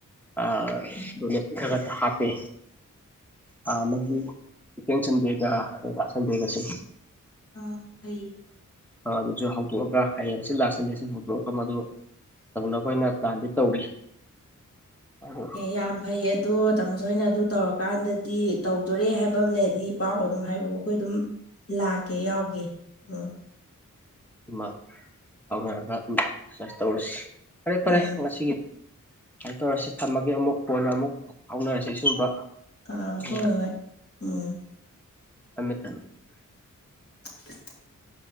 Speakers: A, in the centre; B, on the left.
A: ꯑ
B: ꯑꯥ
A: ꯗꯣꯅꯦꯁꯟ <inaudible> ꯍꯥꯞꯄꯦ ꯑ ꯃꯗꯨ ꯁꯦꯀꯦꯟ ꯁꯟꯗꯦꯒ ꯑꯗꯨꯒ ꯁꯟꯗꯦꯒꯁꯦ
B: ꯑꯥ ꯐꯩꯌꯦ
A: ꯑꯗꯨꯁꯨ ꯍꯧꯗꯣꯛꯑꯒ ꯍꯌꯦꯡꯁꯤ ꯂꯥꯁ ꯁꯟꯗꯦꯁꯦ ꯍꯧꯗꯣꯛꯑꯒ ꯃꯗꯨ ꯇꯧꯅꯕ ꯑꯩꯅ ꯄ꯭ꯂꯥꯟꯗꯤ ꯇꯧꯔꯤ ꯑꯗꯨ
B: ꯑꯦ ꯌꯥꯝ ꯐꯩ ꯑꯗꯣ ꯇꯥꯃꯣꯆꯧ ꯍꯣꯏꯅ ꯑꯗꯨ ꯇꯧꯔꯀꯥꯟꯗꯗꯤ ꯇꯧꯗꯣꯔꯦ ꯍꯥꯏꯕ ꯑꯃ ꯂꯩꯔꯗꯤ ꯄꯥꯎ ꯑꯗꯨꯝ ꯍꯥꯏꯔꯛꯑꯣ ꯑꯩꯈꯣꯏ ꯑꯗꯨꯝ ꯂꯥꯛꯀꯦ ꯌꯥꯎꯒꯦ ꯎꯝ
A: ꯑꯃ ꯍꯧꯎꯅꯔꯒ ꯑꯗꯨꯝ ꯑꯦꯛꯁ꯭ꯔꯁꯥꯏꯁ ꯇꯧꯔꯁꯤ ꯐꯔꯦ ꯐꯔꯦ
B: ꯎꯝ
A: ꯉꯁꯤꯒꯤ ꯁꯨꯃꯥꯏꯅ ꯇꯧꯔꯁꯤ ꯊꯝꯃꯒꯦ ꯑꯃꯨꯛ ꯀꯣꯟꯅ ꯑꯃꯨꯛ ꯐꯥꯎꯅꯔꯁꯤ ꯁꯤꯒꯨꯝꯕ
B: ꯑ
A: ꯎꯝ
B: ꯍꯣꯏ ꯍꯣꯏ ꯎꯝ
A: ꯊꯝꯃꯦ ꯊꯝꯃꯦ
B: <inaudible>